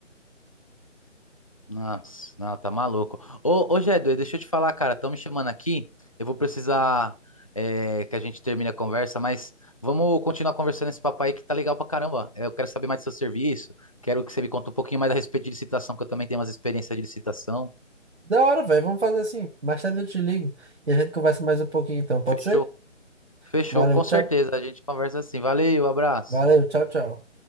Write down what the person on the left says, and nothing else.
Nossa, não, tá maluco. Ô, ô, Jadu, deixa eu te falar, cara. Estão me chamando aqui. Eu vou precisar, é, que a gente termine a conversa, mas vamos continuar conversando esse papo aí que tá legal pra caramba. Eu quero saber mais do seu serviço. Quero que você me conte um pouquinho mais a respeito de licitação, que eu também tenho umas experiências de licitação.
Fechou,
fechou,
com
certeza. A gente conversa assim. Valeu, abraço.